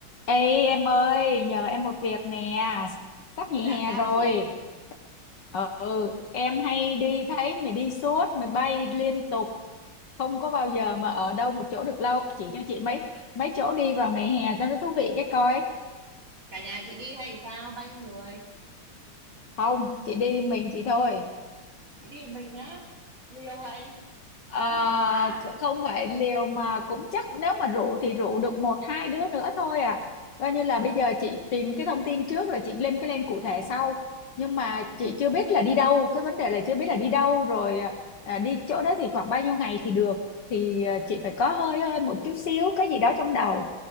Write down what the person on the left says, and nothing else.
Ê em ơi, nhờ em một việc nè, sắp nghỉ
hè
rồi.
Ờ, Ừ, em hay đi thấy mày đi suốt, mày bay liên tục, không có bao giờ mà ở đâu một chỗ được lâu. Chỉ cho chị mấy mấy chỗ đi vào ngày hè cho nó thú vị cái coi.
Không, chị đi mình chị thôi.
Ờ,
không phải liều mà cũng chắc nếu mà rủ thì rủ được một hai đứa nữa thôi à coi như là bây giờ chị tìm cái thông tin trước rồi chị lên cái plan cụ thể sau nhưng mà
chị chưa biết là đi đâu cái vấn đề là chưa biết là đi đâu rồi à, đi chỗ đó thì khoảng bao nhiêu ngày thì được thì à, chị phải có hơi hơi một chút xíu cái gì đó trong đầu